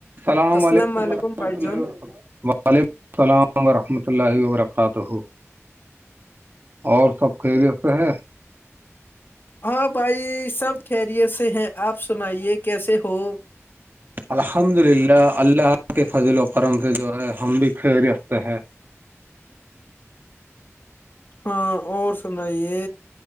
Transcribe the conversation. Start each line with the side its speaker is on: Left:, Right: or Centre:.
Right: سلام
Left: السلام
Right: علیکم ورحمۃ
Left: بھائی جان
Right: اللہ وبرکاتہ وعلیکم السلام ورحمۃ اللہ وبرکاتہ <unintelligible> اور سب خیریت سے ہے
Left: ہاں بھائی سب خیریت سے ہیں آپ سنائیے کیسے ہو
Right: الحمد للہ اللہ کے فضل وکم سے جو ہے ہم بھی خریت سے ہیں
Left: ہاں اور سنائیے